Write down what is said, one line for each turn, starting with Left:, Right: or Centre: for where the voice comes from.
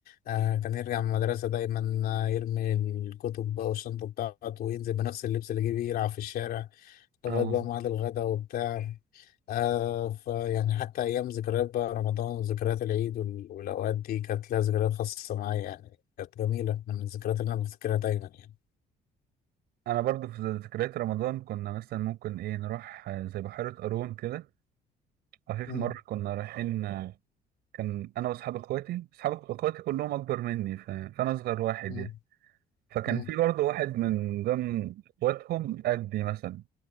Left: آه كان يرجع من المدرسة دايما آه، يرمي الكتب بقى والشنطة بتاعته وينزل بنفس اللبس اللي جه بيه يلعب في الشارع لغاية
Right: اه
Left: بقى ميعاد الغدا وبتاع آه فيعني حتى أيام ذكريات بقى رمضان وذكريات العيد وال- والأوقات دي كانت لها ذكريات خاصة معايا يعني كانت جميلة من الذكريات اللي أنا بفتكرها دايما يعني
Right: انا برضه في ذكريات رمضان كنا مثلا ممكن ايه نروح زي بحيرة قارون كده عفيف
Left: مم.
Right: مرة كنا رايحين كان أنا وأصحاب إخواتي أصحاب إخواتي كلهم أكبر مني ف... فأنا أصغر واحد
Left: مم.
Right: يعني فكان
Left: مم.
Right: في برضه واحد من ضمن إخواتهم قدي مثلا